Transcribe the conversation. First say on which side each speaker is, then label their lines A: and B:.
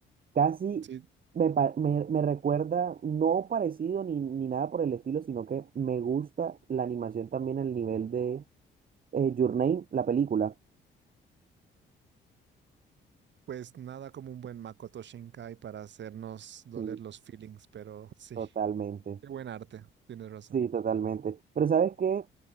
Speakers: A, on the right; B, on the right.
A: Casi
B: Sí,
A: me, pa- me, me recuerda, no parecido ni, ni nada por el estilo, sino que me gusta la animación también al nivel de eh, Your Name, la película.
B: pues nada como un buen Makoto Shinkai para hacernos doler
A: Sí,
B: los feelings, pero sí.
A: totalmente.
B: Qué buen arte, tienes razón.
A: Sí, totalmente. Pero ¿sabes qué?